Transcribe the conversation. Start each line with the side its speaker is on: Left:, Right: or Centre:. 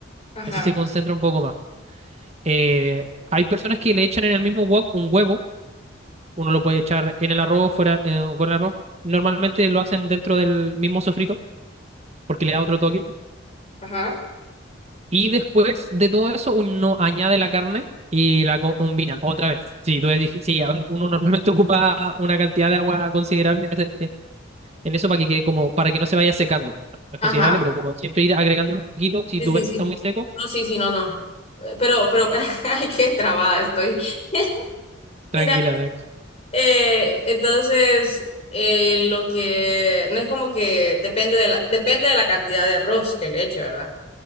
Left: ajá,
Right: Así se concentra un poco más. Eh, hay personas que le echan en el mismo wok un huevo Uno lo puede echar en el arroz, fuera, eh, o con el arroz. Normalmente lo hacen dentro del mismo sofrito, porque le da otro toque.
Left: ajá,
Right: Y después de todo eso, uno añade la carne y la co- combina otra vez. Sí, tú decís- sí, a ver, uno normalmente <laughs> ocupa una cantidad de agua considerable en, ese- eh, en eso para que quede como, para que no se vaya secando. No es
Left: ajá.
Right: considerable, pero como siempre ir agregando un poquito, si
Left: Sí,
Right: tú
Left: sí,
Right: ves
Left: sí.
Right: que está muy seco,
Left: No, sí, sí, no, no. Eh, Pero, pero, <laughs> ay, qué trabada estoy. <laughs>
Right: tranquila,
Left: Mira,
Right: tranquila.
Left: eh, entonces, eh, lo que, no es como que depende de la, depende de la cantidad de arroz que le eche, ¿verdad?